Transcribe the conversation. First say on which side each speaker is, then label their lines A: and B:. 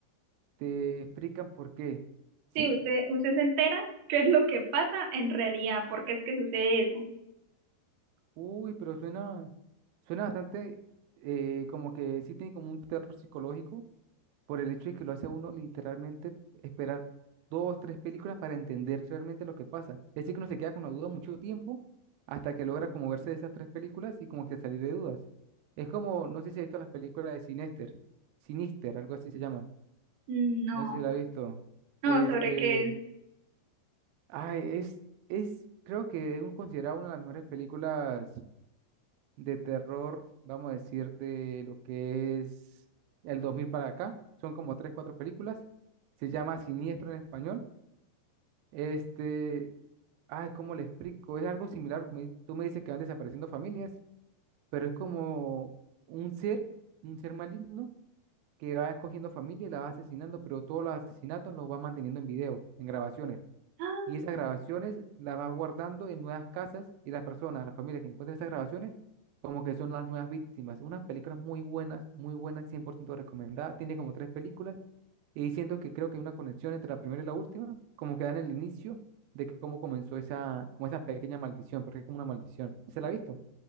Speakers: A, on the right; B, on the right.
A: te explican por qué. ¿Sí?
B: Sí, usted, usted se entera qué es lo que pasa en realidad, por qué es que sucede eso.
A: Uy, pero suena, suena bastante eh, como que sí tiene como un terror psicológico por el hecho de que lo hace a uno literalmente esperar dos, tres películas para entender realmente lo que pasa. Es decir, que uno se queda con la duda mucho tiempo hasta que logra como verse de esas tres películas y como que salir de dudas. Es como, no sé si has visto las películas de Sinister, Sinister, algo así se llama.
B: Mm, No,
A: No sé si la has visto.
B: no,
A: Este,
B: sobre qué es. <gasps>
A: ay, es, es, creo que es un- considerado una de las mejores películas de terror, vamos a decir, de lo que es el 2000 para acá. Son como tres, cuatro películas. Se llama Siniestro en español. Este, ay, ¿cómo le explico? Es algo similar. porque me- tú me dices que van desapareciendo familias, pero es como un ser, un ser maligno que va escogiendo familia y la va asesinando, pero todos los asesinatos los va manteniendo en video, en grabaciones.
B: ¡Ah!
A: Y esas grabaciones las va guardando en nuevas casas y las personas, las familias que encuentran esas grabaciones, como que son las nuevas víctimas. Unas películas muy buenas, muy buenas, 100% recomendada. Tiene como tres películas y siento que creo que hay una conexión entre la primera y la última, como que dan el inicio de que cómo comenzó esa, como esa pequeña maldición, porque es como una maldición. ¿Se la ha visto?